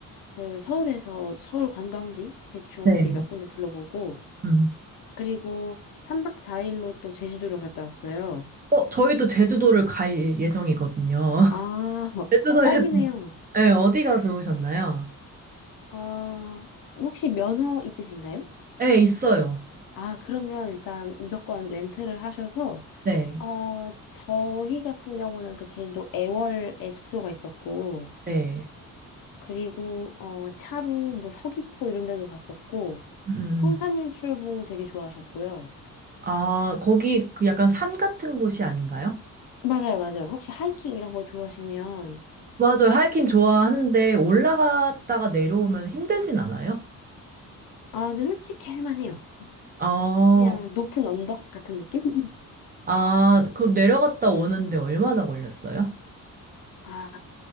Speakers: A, on the left; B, on the right.
A: 그 서울에서 서울 관광지 대충
B: 네.
A: 이렇게 몇 군데 둘러보고
B: 음.
A: 그리고 3박 4일로 또 제주도를 갔다 왔어요.
B: 어, 저희도 제주도를 갈 예정이거든요. <laughs>
A: 아, <laughs>
B: 제주도에도.
A: 아 딱이네요.
B: 네, 어디가 좋으셨나요?
A: 아, 혹시 면허 있으신가요?
B: 네, 있어요.
A: 아, 그러면 일단 무조건 렌트를 하셔서
B: 네,
A: 어, 저희 같은 경우는 그 제주도 애월에 숙소가 있었고
B: 네.
A: 그리고 어, 차로 뭐 서귀포 이런 데도 갔었고
B: 음, 음,
A: 성산일출봉
B: 음.
A: 되게 좋아하셨고요.
B: 아, 거기 그 약간 산 같은 곳이 아닌가요?
A: 맞아요, 맞아요. 혹시 하이킹 이런 거 좋아하시면,
B: 맞아요. 하이킹 좋아하는데 올라갔다가 내려오면 힘들진 않아요?
A: 아, 근데 솔직히 할만해요.
B: 아,
A: 그냥 높은 언덕 같은 느낌? <laughs>
B: 아, 그럼 내려갔다 오는데 얼마나 걸렸어요?
A: 아,